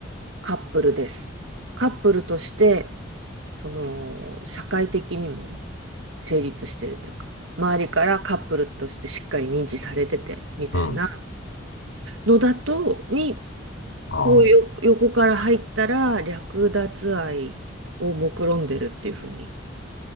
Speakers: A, on the right (about 75°); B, on the left (about 80°).
A: カップルです。カップルとして、その、社会的にも成立してるというか、周りからカップルとしてしっかり認知されてて、みたいな
B: うん。
A: のだと、に
B: あー
A: こうよ、横から入ったら略奪愛を目論んでるっていうふうに、